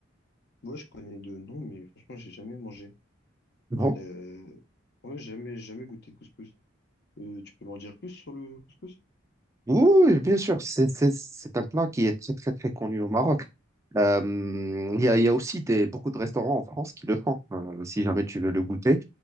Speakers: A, on the left; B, on the right.
A: Moi, je connais de nom, mais franchement, j'ai jamais mangé.
B: Bon.
A: Et t'as- Ouais, jamais, jamais goûté de couscous. Euh, tu peux m'en dire plus sur le couscous?
B: Oui, oui, bien sûr, c'est c'est- c'est un plat qui est très, très, très connu au Maroc. Euh, Il y a, il y a aussi des, beaucoup de restaurants en France qui le font, euh, si jamais tu veux le goûter.